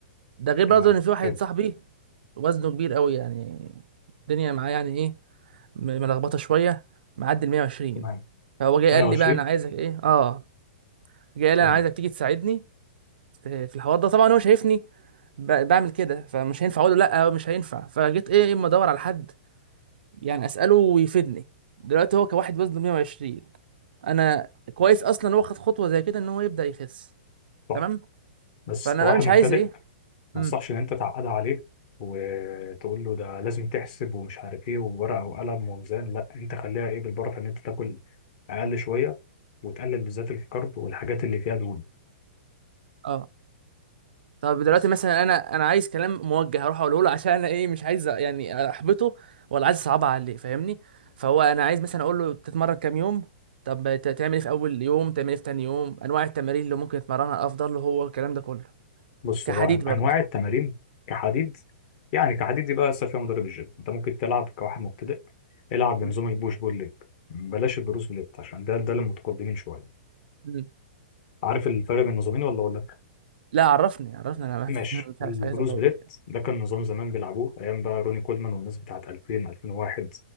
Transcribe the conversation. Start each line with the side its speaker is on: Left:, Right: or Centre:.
Right: ده غير برضه
Left: تمام
Right: ان في واحد
Left: حلو
Right: صاحبي وزنه كبير قوي يعني الدنيا معاه يعني ايه م- ملخبطه شويه معدي ال 120
Left: تمام
Right: فهو جاي
Left: 120
Right: قال لي بقى انا عايزك ايه اه جاي قال لي
Left: تمام
Right: انا عايزك تيجي تساعدني في في الحوار ده طبعا هو شايفني ب- بعمل كده فمش هينفع اقول له لا مش هينفع فجيت ايه اما ادور على حد يعني اساله ويفيدني دلوقتي هو كواحد وزنه 120 انا كويس اصلا هو خد خطوه زي كده ان هو يبدا يخس
Left: صح
Right: تمام
Left: بس
Right: فانا
Left: كواحد
Right: بقى مش
Left: مبتدئ
Right: عايز ايه
Left: ما
Right: امم
Left: انصحش ان انت تعقدها عليه وتقول له ده لازم تحسب ومش عارف ايه وورقه وقلم وميزان لا انت خليها ايه بالبركه ان انت تاكل اقل شويه وتقلل بالذات الكرب والحاجات اللي فيها دهون
Right: اه طب دلوقتي
Left: بس
Right: مثلا انا انا عايز كلام موجه هروح اقوله له عشان انا ايه مش عايز يعني احبطه ولا عايز اصعبها عليه فاهمني فهو انا عايز مثلا اقول له تتمرن كام يوم طب ت- تعمل ايه في اول يوم تعمل ايه في تاني يوم انواع التمارين اللي ممكن يتمرنها افضل له هو الكلام ده كله
Left: بص
Right: كحديد
Left: هو أن-
Right: برضه
Left: انواع التمارين كحديد يعني كحديد دي بقى لسه فيها مدرب الجيم انت ممكن تلعب كواحد مبتدئ العب
Right: م.
Left: بنظام البوش بول ليج بلاش البروس بليت عشان ده ده للمتقدمين شويه
Right: م.
Left: عارف الفرق بين النظامين ولا اقول لك
Right: لا عرفني عرفني انا
Left: ماشي
Right: بس <laughs> مش عارف
Left: البروس
Right: حاجه تعتبر
Left: بليت
Right: يعني
Left: ده كان نظام زمان بيلعبوه ايام بقى روني كولمان والناس بتاعت 2000 2001